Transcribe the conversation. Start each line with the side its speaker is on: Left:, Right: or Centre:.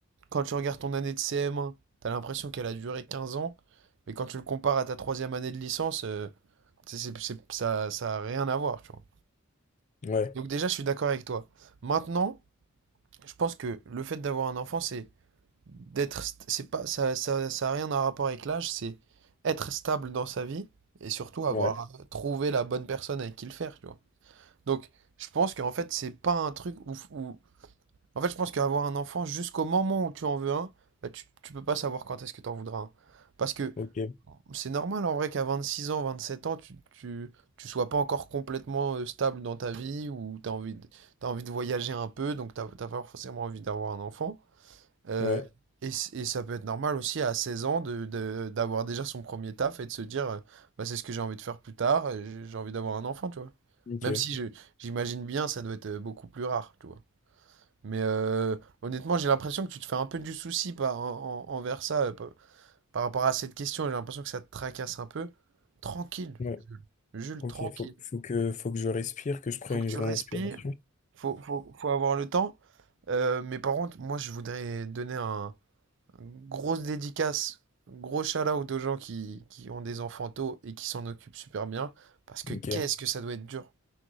Right: quand tu regardes ton année de CM1, t'as l'impression qu'elle a duré 15 ans, mais quand tu le compares à ta troisième année de licence, euh, c'est, c'est- c'est- ça, ça a rien à voir, tu vois.
Left: Ouais,
Right: Donc déjà, je suis d'accord avec toi. Maintenant, je pense que le fait d'avoir un enfant, c'est d'être c'est pas ça ça ça a rien à rapport avec l'âge, c'est être stable dans sa vie et surtout avoir
Left: ouais,
Right: trouvé la bonne personne avec qui le faire, tu vois. Donc, je pense qu'en fait, c'est pas un truc où, où- en fait, je pense qu'avoir un enfant jusqu'au moment où tu en veux un, bah, tu tu peux pas savoir quand est-ce que t'en voudras un. Parce que
Left: ok,
Right: c'est normal en vrai qu'à 26 ans, 27 ans, tu tu tu sois pas encore complètement euh, stable dans ta vie ou t'as envie de, t'as envie de voyager un peu, donc t'as t'as pas forcément envie d'avoir un enfant. Euh,
Left: ouais,
Right: et, c- et ça peut être normal aussi à 16 ans de, de- d'avoir déjà son premier taf et de se dire, euh, bah, c'est ce que j'ai envie de faire plus tard, euh, j'ai j'ai envie d'avoir un enfant, tu vois.
Left: ok,
Right: Même si je, j'imagine bien, ça doit être euh, beaucoup plus rare, tu vois. Mais euh, honnêtement, j'ai l'impression que tu te fais un peu du souci par, en- en- envers ça, euh, par, par rapport à cette question. J'ai l'impression que ça te tracasse un peu. Tranquille,
Left: ouais,
Right: Jules,
Left: ok.
Right: tranquille.
Left: Faut, faut que, faut que je respire, que je prenne
Right: Faut que
Left: une
Right: tu
Left: grande
Right: respires,
Left: inspiration.
Right: faut, faut, faut avoir le temps. Euh, mais par contre, moi, je voudrais donner un Grosse dédicace, gros shout-out aux gens qui, qui ont des enfants tôt et qui s'en occupent super bien, parce que
Left: Ok,
Right: qu'est-ce que ça doit être dur.